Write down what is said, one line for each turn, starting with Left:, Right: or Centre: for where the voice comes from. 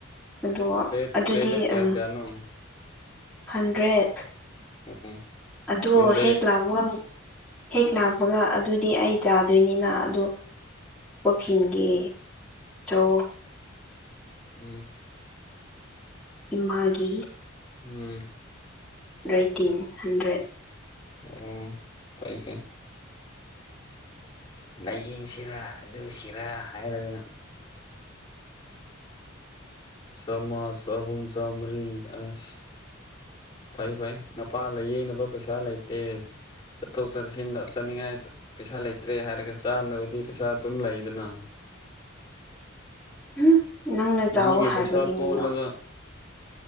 Centre: ꯑ
Left: ꯄ꯭ꯂꯦꯠ
Centre: ꯑꯗꯨꯗꯤ
Left: ꯄ꯭ꯂꯦꯠꯇ ꯀꯌꯥ
Centre: ꯑ
Left: ꯀꯌꯥꯅꯣ
Centre: ꯍꯟꯗ꯭ꯔꯦꯠ
Left: ꯎꯝ
Centre: ꯑꯗꯣ
Left: ꯍꯟꯗ꯭ꯔꯦꯠ
Centre: ꯍꯦꯛ ꯂꯥꯛꯄꯒ ꯍꯦꯛ ꯂꯥꯛꯄꯒ ꯑꯗꯨꯗꯤ ꯑꯩ ꯆꯥꯗꯣꯏꯅꯤꯅ ꯑꯗꯣ ꯄꯨꯈꯤꯤꯡꯒꯤ ꯆꯧ
Left: ꯎꯝ
Centre: ꯏꯃꯥꯒꯤ
Left: ꯎꯝ
Centre: ꯔꯥꯏꯇꯤꯟ ꯍꯟꯗ꯭ꯔꯦꯠ
Left: ꯑꯣ ꯐꯥꯏ ꯐꯥꯏ ꯂꯥꯏꯌꯦꯡꯁꯤꯔꯥ ꯑꯗꯨ ꯁꯤꯔꯥ ꯍꯥꯏꯔꯒ ꯆꯃꯖ ꯆꯍꯨꯝ ꯆꯥꯝꯃ꯭ꯔꯤ ꯑꯁ ꯐꯩ ꯐꯩ ꯅꯄꯥ ꯂꯥꯏꯌꯦꯡꯅꯕ ꯄꯩꯁꯥ ꯂꯩꯇꯦ ꯆꯠꯊꯣꯛ ꯆꯠꯁꯤꯟ ꯇꯧ ꯆꯅꯤꯡꯉꯥꯏ ꯄꯩꯁꯥ ꯂꯩꯇ꯭ꯔꯦ ꯍꯥꯏꯔꯒ ꯆꯥꯅꯕꯗꯤ ꯄꯩꯁꯥ ꯑꯗꯨꯝ ꯂꯩꯗꯅ
Centre: ꯎꯝ ꯅꯪꯅ
Left: ꯃꯤꯒꯤ
Centre: ꯆꯥꯎꯋꯣ ꯍꯥꯏꯕꯒꯤꯅꯤꯅꯣ
Left: ꯄꯩꯁꯥ ꯇꯣꯜꯂꯒ